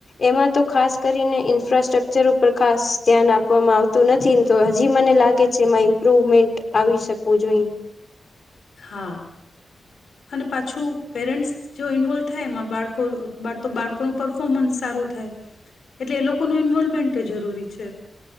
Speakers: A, on the left; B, on the left.
A: એમાં તો ખાસ કરીને ઇન્ફ્રાસ્ટ્રક્ચર ઉપર ખાસ ધ્યાન આપવામાં આવતું નથી ને તો હજી મને લાગે છે. એમાં ઇમ્પ્રુવમેન્ટ આવી શકવું જોઈએ.
B: હા અને પાછું પેરેન્ટ્સ જો ઇન્વોલ્વ થાય. એમાં બાળકો બાળકોનું પરફોર્મન્સ સારું થાય. એટલે એ લોકોનું ઇન્વોલ્વમેન્ટ જરૂરી છે.